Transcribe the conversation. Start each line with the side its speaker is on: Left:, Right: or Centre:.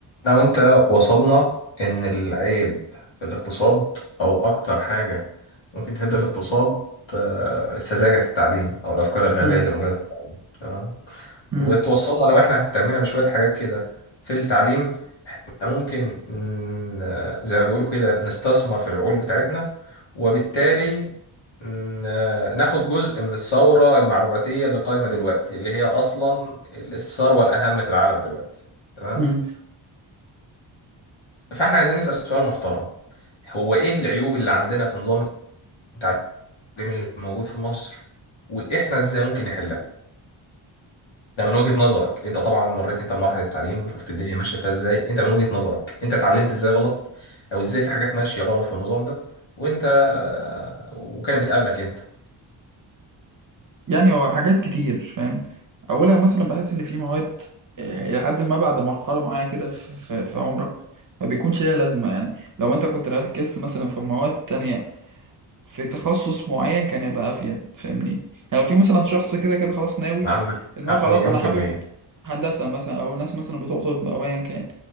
Left: انا وانت وصلنا ان العيب في الاقتصاد او اكتر حاجة ممكن تهد الاقتصاد آه، السذاجة في التعليم او الافكار الغبية
Right: مم.
Left: اللي موجودة في التعليم تمام
Right: مم.
Left: وتوصلنا لو احنا اهتمينا بشوية حاجات كده في التعليم إحنا ممكن ن- زي ما بيقولوا كده نستثمر في العقول بتاعتنا وبالتالي ن- ناخد جزء من الثورة المعلوماتية اللي قايمة دلوقتي اللي هي أصلا الثروة الأهم في العالم دلوقتي تمام
Right: مم.
Left: فاحنا عايزين نسأل سؤال محترم هو ايه العيوب اللي عندنا في نظام التعليم اللي موجود في مصر واحنا ازاي ممكن نحلها ده من وجهة نظرك انت طبعا مريت انت بمراحل التعليم وشفت الدنيا ماشية فيها ازاي انت من وجهة نظرك انت اتعلمت ازاي غلط او ازاي في حاجات ماشية غلط في النظام ده وانت وكانت بتقابلك انت
Right: يعني هو حاجات كتير فاهم اولها مثلا بحس ان في مواد لحد ما بعد مرحله معينه كده في, في, في عمرك ما بيكونش ليها لازمه يعني لو انت كنت ركزت مثلا في مواد تانية في تخصص معين كان يبقى افيد فاهمني يعني لو في مثلا شخص كده كده خلاص ناوي
Left: عندك
Right: ان هو
Left: حق
Right: خلاص
Left: مليون
Right: انا
Left: في
Right: حابب
Left: المية
Right: هندسه مثلا او ناس مثلا بتوع طب او ايا كان